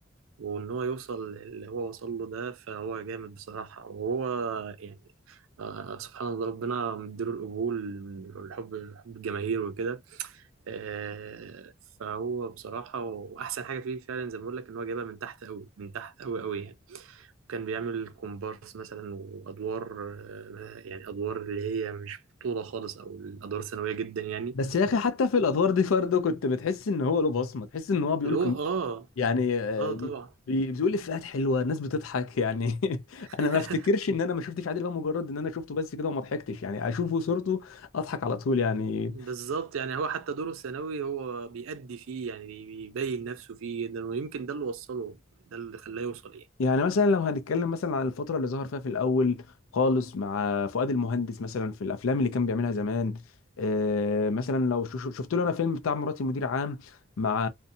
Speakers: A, on the right; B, on the left.
A: وان هو يوصل اللي هو وصل له ده فهو جامد بصراحة وهو يعني آه سبحان الله ربنا مديله القبول والحب حب الجماهير وكده آه فهو بصراحة وأحسن حاجة فيه فعلا زي ما بقول لك إن هو جايبها من تحت أوي من تحت أوي أوي يعني كان بيعمل كومبارس مثلا وأدوار آه يعني أدوار اللي هي مش بطولة خالص أو الأدوار ثانوية جدا يعني
B: بس يا اخي حتى في الادوار دي برضه كنت بتحس ان هو له بصمه تحس ان هو بيقول
A: اللي هو آه
B: يعني آه،
A: آه طبعا
B: بي- بي- بتقول افيهات حلوه الناس بتضحك يعني <laughs> انا
A: <laughs>
B: ما افتكرش ان انا ما شفتش عادل امام مجرد ان انا شفته بس كده وما ضحكتش يعني اشوفه صورته اضحك على طول يعني
A: بالظبط يعني هو حتى دوره الثانوي هو بيأدي فيه يعني بي- بيبين نفسه فيه جدا ويمكن ده اللي وصله ده اللي خلاه يوصل يعني
B: يعني مثلا لو هنتكلم مثلا عن الفتره اللي ظهر فيها في الاول خالص مع فؤاد المهندس مثلا في الافلام اللي كان بيعملها زمان آه، مثلا لو شو- شو- شفت له انا فيلم بتاع مراتي مدير عام مع